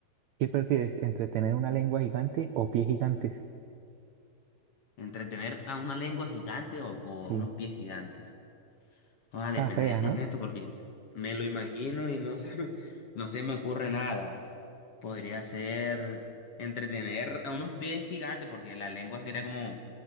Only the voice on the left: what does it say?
Entretener a una lengua gigante o, o
a unos pies gigantes. Ah,
depende
del contexto
porque me lo imagino y no <laughs> se, me- no se me ocurre nada. Podría ser entretener a unos pies gigantes porque la lengua sería como,